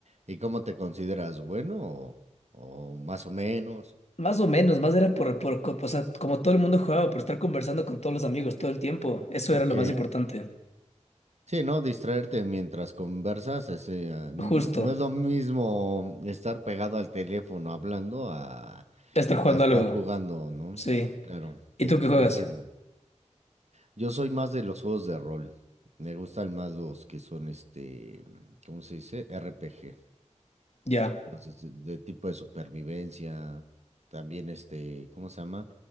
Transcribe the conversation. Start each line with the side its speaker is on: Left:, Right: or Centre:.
Right: ¿Y cómo te consideras? ¿Bueno o, o más o menos?
Left: Más o menos, más era por, por, co- o sea, como todo el mundo jugaba, por estar conversando con todos los amigos todo el tiempo. Eso
Right: Ok.
Left: era lo más importante.
Right: Sí, ¿no? Distraerte mientras conversas, ese, ah, n-
Left: Justo.
Right: no es lo mismo estar pegado al teléfono hablando a,
Left: Estar jugando
Right: a estar
Left: algo.
Right: jugando, ¿no?
Left: Sí.
Right: Claro,
Left: ¿Y
Right: te
Left: tú qué
Right: te
Left: juegas?
Right: entiendo. Yo soy más de los juegos de rol. Me gustan más los que son este, mm, ¿cómo se dice? RPG.
Left: Ya.
Right: Los de, de tipo de supervivencia. También este, ¿cómo se llama?